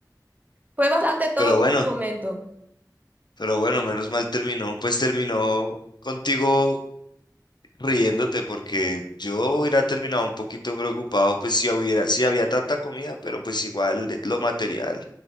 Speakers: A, on the right; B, on the left.
A: fue bastante todo
B: Pero bueno,
A: el momento.
B: pero bueno, menos mal terminó, pues terminó contigo riéndote, porque yo hubiera terminado un poquito preocupado, pues si hubiera, si había tanta comida, pero pues igual eh, lo material.